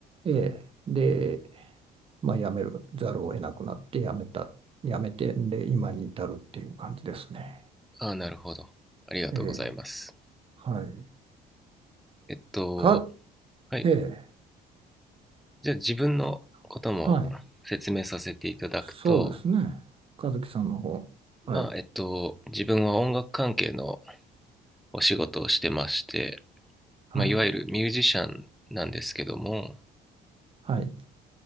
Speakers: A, on the right; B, in the centre.
A: ええ、で、まあ、辞めるざるを得なくなって辞めた、辞めて、で、今に至るっていう感じですね。
B: ああ、なるほど。ありがとうございます。
A: ええ、はい。
B: えっと、
A: か、
B: はい。
A: ええ、
B: じゃあ自分のことも説明させていただくと、
A: か、はい。そそうですね。和樹さんの方。はい。
B: まあ、えっと、自分は音楽関係のお仕事をしてまして、
A: はい。
B: まあ、いわゆるミュージシャンなんですけども、
A: はい。